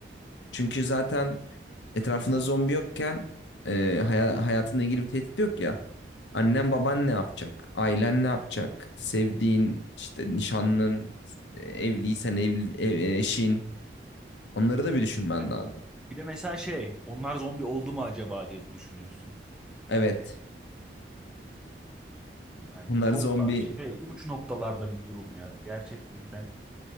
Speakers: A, on the left; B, in the centre.
A: Çünkü zaten etrafında zombi yokken e, haya- hayatınla ilgili bir tehdit yok ya. Annen baban ne yapacak? Ailen ne yapacak? Sevdiğin işte nişanlın, e, evliysen evli, e, eşin. Onları da bir düşünmen
B: Evet.
A: lazım.
B: Bir de mesela şey onlar zombi oldu mu acaba diye de düşünürsün.
A: Evet.
B: Yani
A: Bunlar
B: çok
A: zombi.
B: a- şey uç noktalarda bir durum ya gerçekten.